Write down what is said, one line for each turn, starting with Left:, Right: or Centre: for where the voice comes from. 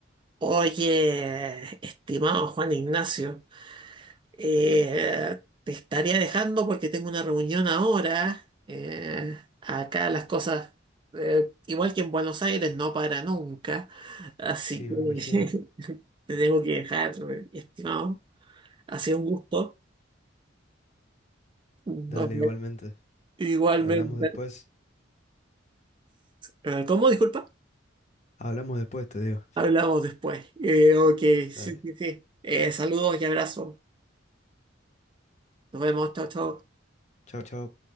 Right: Oye, estimado Juan Ignacio. Eh, te estaría dejando porque tengo una reunión ahora. Eh, acá las cosas, eh, igual que en Buenos Aires, no para nunca. Así
Left: Sí,
Right: que
Left: me imagino.
Right: <laughs> te tengo que dejar, eh, estimado. Ha sido un gusto. Nos
Left: Dale,
Right: vemos.
Left: igualmente.
Right: Igualmente.
Left: Hablamos después.
Right: Eh, ¿Cómo? Disculpa.
Left: Hablamos después, te digo.
Right: Hablamos después. Eh, ok, sí,
Left: Dale.
Right: sí, sí. Eh, saludos y abrazos. Nos vemos. Chao, chao.
Left: Chao, chao.